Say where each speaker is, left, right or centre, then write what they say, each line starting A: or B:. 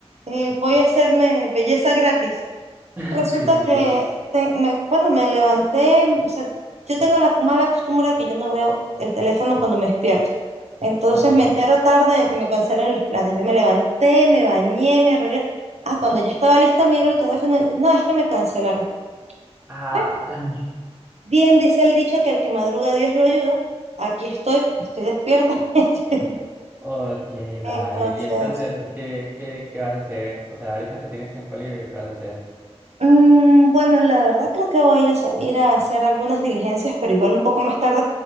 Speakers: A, on the right; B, on the right.
A: eh, voy a hacerme belleza gratis.
B: <laughs>
A: Resulta
B: Sí, sí,
A: que
B: sí.
A: te- me, cuando me levanté, m- o sea, yo tengo la mala costumbre de que yo no veo el teléfono cuando me despierto. Entonces
B: Ok.
A: me entero tarde de que me cancelen los planes. Yo me levanté, me bañé, me arreglé. Ah, cuando ya estaba lista, miro el teléfono. y, No, es que me cancelaron.
B: Ah,
A: Bueno,
B: <laughs>
A: bien dice el dicho que al que madruga Dios lo ayuda. Aquí estoy, estoy despierta. <laughs>
B: ok,
A: Entonces,
B: dale. Y entonces, ¿qué, qué, qué vas a hacer? O sea, ahorita que tienes tiempo libre, ¿qué vas a hacer?
A: Mm, bueno, la verdad creo que voy a salir a hacer algunas diligencias, pero igual un poco más tarde,